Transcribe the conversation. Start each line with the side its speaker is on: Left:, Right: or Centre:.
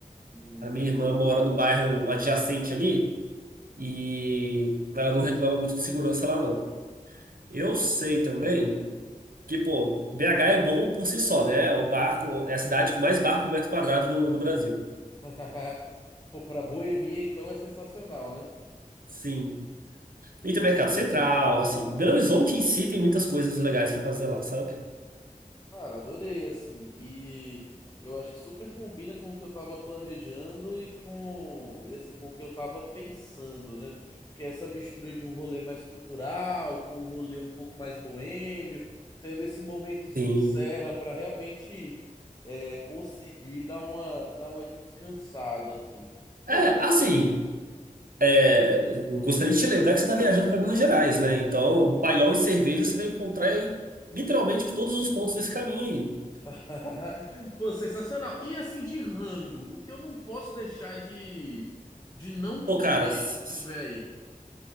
Left: Hum,
Right: A
Left: entendi.
Right: minha irmã mora no bairro adjacente ali e ela não reclama muito de segurança lá, não. Eu sei também. Que, pô, BH é bom por si só, né? É o barco, é a cidade com mais barco por metro quadrado do, do Brasil.
Left: <laughs> Pô, pra boemia, então, é sensacional, né?
Right: Sim. E tem o Mercado Central, assim. Belo Horizonte em si tem muitas coisas legais pra fazer lá, sabe?
Left: Cara, adorei, assim. E eu acho que super combina com o que eu tava planejando e com, e assim, com o que eu tava pensando, né? Que é essa mistura de um rolê mais cultural com um rolê um pouco mais boêmio, tendo esse momentozinho
Right: Sim.
Left: de serra pra realmente é, conseguir dar uma, dar uma descansada, assim. Pô,
Right: É,
Left: perfeito.
Right: assim, é, eu gostaria de te lembrar que você está viajando para Minas Gerais, né? Então, paiol e cerveja você vai encontrar em, literalmente todos os pontos desse caminho aí.
Left: <laughs> Pô, sensacional. E assim, de rango, o que eu não posso deixar de, de não
Right: Pô,
Left: comer
Right: cara, s-
Left: enquanto eu estiver aí?